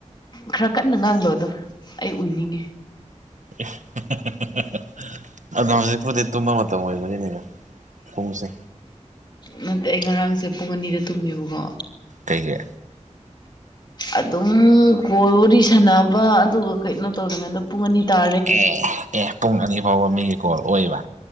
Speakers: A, on the left (about 35°); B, on the right (about 80°).
A: ꯈꯔ ꯀꯟꯅ ꯉꯥꯡꯂꯣꯗꯣ ꯑꯩ ꯎꯏꯅꯤꯡꯉꯤ
B: <unintelligible> ꯑꯔꯨꯅꯥꯁꯦ ꯍꯧꯖꯤꯛꯄꯨꯗꯤ ꯇꯨꯝꯕ ꯃꯇꯝ ꯑꯣꯏꯕꯅꯤꯅꯦ ꯄꯨꯡꯁꯦ
A: ꯅꯠꯇꯦ ꯑꯩ ꯉꯔꯥꯡꯁꯦ ꯄꯨꯡ ꯑꯅꯤꯗ ꯇꯨꯝꯃꯦꯕꯀꯣ
B: ꯀꯩꯒꯤ
A: ꯑꯗꯨꯝ ꯀꯣꯜ ꯋꯥꯔꯤ ꯁꯥꯟꯅꯕ ꯑꯗꯨꯒ ꯀꯩꯅꯣ ꯇꯧꯔꯤꯉꯩꯗ ꯄꯨꯡ ꯑꯅꯤ ꯇꯥ
B: ꯑꯦ ꯑꯦ ꯄꯨꯡ ꯑꯅꯤ ꯐꯥꯎꯕ ꯃꯤꯒꯤ ꯀꯣꯜ ꯑꯣꯏꯕ